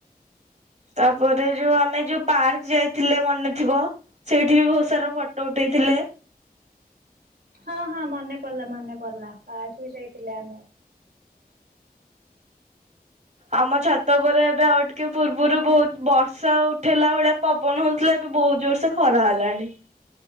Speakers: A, on the right; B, on the right.
A: ତାପରେ ଯୋଉ ଆମେ ଯୋଉ ପାର୍କ ଯାଇଥିଲେ ମନେ ଥିବ ସେଇଠି ବି ବହୁତ ସାରା ଫଟୋ ଉଠେଇଥିଲେ
B: ହଁ ହଁ ମନେ ପଡିଲା ମନେ ପଡିଲା ପାର୍କ ଯଉ ଯାଇଥିଲେ ଆମେ
A: ଆମ ଛାତ ଉପରେ ଏବେ ଆଉ ଟିକେ ପୂର୍ବରୁ ବହୁତ ବର୍ଷା ଉଠେଇଲାା ଭଳିଆ ପବନ ହଉଥିଲା ଏବେ ବହୁତ ଜୋରସେ ଖରା ହେଲାଣି